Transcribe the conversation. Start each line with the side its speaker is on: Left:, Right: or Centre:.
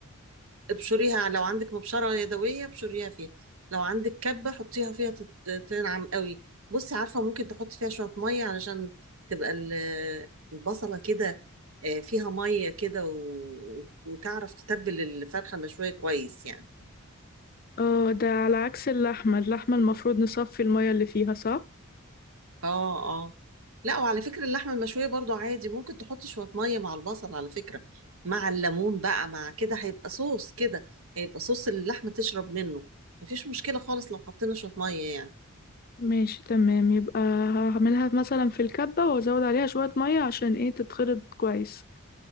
Right: ابشريها لو عندك مبشره يدويه ابشريها فيها لو عندك كبه حطيها فيها تت- تنعم قوي بصي عارفه ممكن تحطي فيها شويه ميه علشان تبقى ال- البصله كده آه، فيها ميه كده و... وتعرف تتبل الفرخه المشويه كويس يعني
Left: اه ده على عكس اللحمه اللحمه المفروض نصفي الميه اللي فيها صح
Right: اه اه لا وعلى فكرة اللحمة المشوية برضو عادي ممكن تحط شوية مية مع البصل على فكرة مع الليمون بقى مع كده هيبقى صوص كده هيبقى صوص اللي اللحمة تشرب منه مفيش مشكلة خالص لو حطينا شوية مية يعني
Left: ماشي تمام يبقى هعملها مثلا في الكبة وازود عليها شوية مية عشان ايه تتخلط كويس